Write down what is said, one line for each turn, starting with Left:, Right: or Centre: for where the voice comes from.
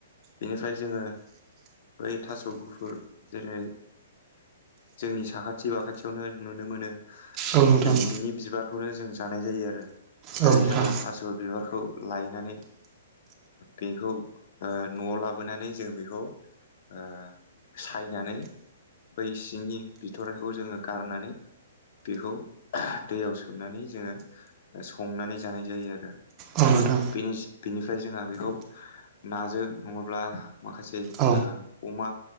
Left: बिनिफ्राय जोङो बै थास' गुफुर जेरै जोंनि साखाथि बाखाथियावनो नुनो मोनो
Right: औ नोंथां
Left: जों बिनि बिबारखौनो जों जानाय जायो आरो जेरै
Right: औ नोंथां
Left: जोङो थास' बिबारखौ लायनानै बेखौ न'आव लाबोनानै जों बेखौ ओ सायनानै बै सिंनि बिथराइखौ जोङो गारनानै बेखौ दैयाव सोमनानै जोङो संनानै जानाय जायो आरो
Right: औ नोंथां
Left: बेनि बेनिफ्राय जोंहा बेखौ नाजों नङाब्ला माखासे
Right: औ
Left: ओ अमा,